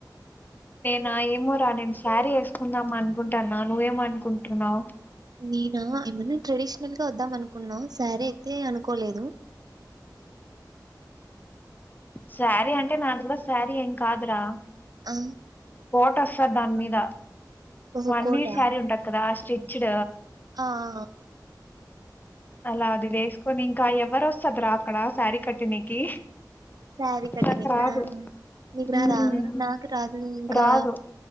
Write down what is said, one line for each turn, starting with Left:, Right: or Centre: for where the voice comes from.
Left: నేనా ఏమో రా నేను శారీ వేసుకుందాం అనుకుంటాన్నా నువ్వేమ అనుకుంటున్నావు్
Right: నేను ఏమన్నా ట్రెడిషనల్ గా వద్దాం అనుకున్నా సారీ అయితే అనుకోలేదు
Left: సారీ అంటే నాది కూడా సారీ ఎం కాదురా
Right: ఆ
Left: కోట వస్తాది దాని మీద
Right: ఓహో!
Left: One
Right: quota?
Left: మీట్ సారీ ఉంట కదా అ రిచ్డ
Right: ఆ! ఆ
Left: అలా అది వేసుకొని ఇంకా ఎవరు వస్తద్రా అక్కడ శారీ కట్టినికి
Right: సారీ కటనికా
Left: నాకు రాదు
Right: నికు రాదా
Left: ఉమ్
Right: నాకు రాదు ఇంకా
Left: రాదు